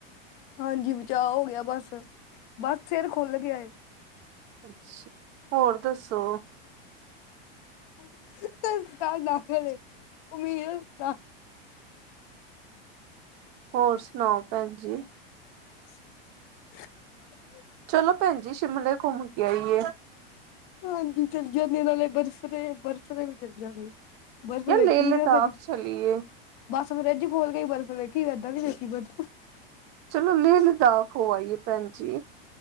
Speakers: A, on the left (about 55°); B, on the right (about 35°).
A: ਹਾਂਜੀ ਬਚਾਅ ਹੋ ਗਿਆ ਬਸ, ਬਸ ਸਿਰ ਖੁੱਲ ਗਿਆ ਏ।
B: ਅੱਛ, ਹੋਰ ਦੱਸੋ?
A: <unintelligible>
B: ਹੋਰ ਸੁਣਾਓ ਭੈਣ ਜੀ?
A: <inaudible>
B: ਚਲੋ ਭੈਣ ਜੀ ਸ਼ਿਮਲੇ ਘੁੰਮ ਕੇ ਆਈਏ?
A: ਹਾਂਜੀ ਚੱਲ ਜਾਂਦੇ ਨਾਲੇ ਬਰਫ਼ ਦੇ ਬਰਫ਼ ਦੇ ਵੀ ਚੱਲ ਜਾਂਗੇ। ਬਰਫ਼
B: ਜਾਂ
A: ਵੇਖਨੀ
B: ਲੇਹ ਲਦਾਖ
A: ਨਾ ਕਦੀ।
B: ਚਲੀਏ
A: ਬੱਸ ਫਰਿੱਜ ਖੋਲ ਕੇ ਈ ਬਰਫ਼ ਵੇਖੀ ਏਦਾਂ ਵੀ ਵੇਖੀ ਬਰਫ਼।
B: ਚਲੋ ਲੇ ਲਦਾਖ ਹੋ ਆਈਏ ਭੈਣ ਜੀ।